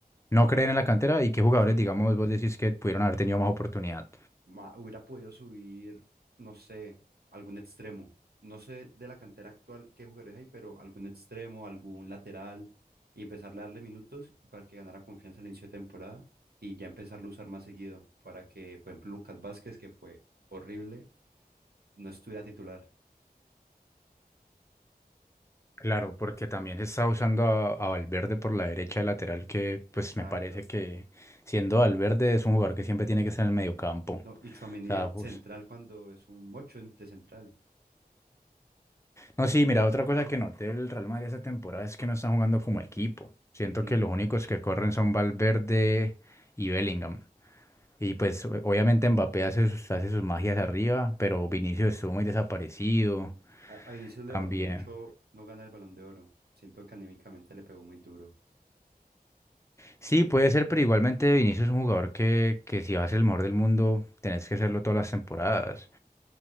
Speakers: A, on the left; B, on the right.
A: no creer en la cantera y qué jugadores,
B: Sí.
A: digamos, vos decís que pudieron haber tenido más oportunidad.
B: ma- hubiera podido subir, no sé, algún extremo. No sé de la cantera actual qué jugadores hay, pero algún extremo, algún lateral, y empezarle a darle minutos para que ganara confianza al inicio de temporada y ya empezarlo a usar más seguido para que, por ejemplo, Lucas Vázquez, que fue horrible, no estuviera titular.
A: Claro, porque también se está usando a, a Valverde por la derecha de lateral, que pues
B: Exacto.
A: me parece que siendo Valverde es un jugador que siempre tiene que estar en el mediocampo.
B: No, y Tchouaméni
A: O sea,
B: de
A: jus-
B: central cuando es un 8 de central.
A: No, sí, mira, otra cosa que noté del Real Madrid esta temporada es que no están jugando como equipo. Siento
B: Ujú.
A: que los únicos que corren son Valverde y Bellingham. Y pues o- obviamente Mbappé hace sus, hace sus magias arriba, pero Vinicius estuvo muy desaparecido
B: A, a Vinicius le
A: también.
B: bajó mucho no ganar el Balón de Oro. Siento que anímicamente le pegó muy duro.
A: Sí, puede ser, pero igualmente Vinicius es un jugador que, que si vas a ser el mejor del mundo, tenés que hacerlo todas las temporadas.